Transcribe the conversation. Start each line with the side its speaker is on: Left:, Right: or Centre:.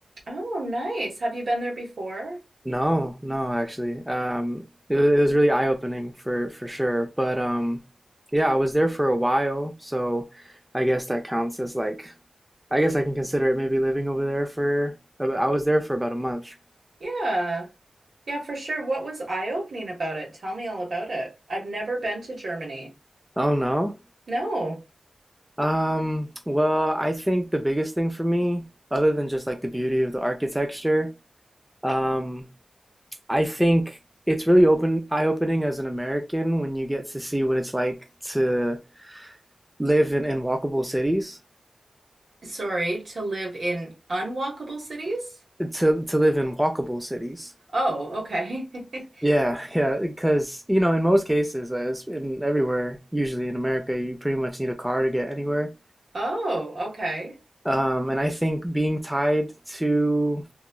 Right: Oh, nice. Have you been there before?
Centre: No, no, actually. Um, it, wa- it was really eye-opening for for sure. But um, yeah, I was there for a while, so I guess that counts as like I guess I can consider it maybe living over there for I was there for about a month.
Right: Yeah. Yeah, for sure. What was eye-opening about it? Tell me all about it. I've never been to Germany.
Centre: Oh no.
Right: No.
Centre: Um, well, I think the biggest thing for me, other than just like the beauty of the architecture, um, I think it's really open eye-opening as an American when you get to see what it's like to live in, in walkable cities,
Right: Sorry, to live in unwalkable cities?
Centre: to to live in walkable cities.
Right: Oh, okay. <laughs>
Centre: Yeah, yeah, because you know, in most cases, uh, in everywhere, usually in America, you pretty much need a car to get anywhere.
Right: Oh, okay.
Centre: Um, and I think being tied to,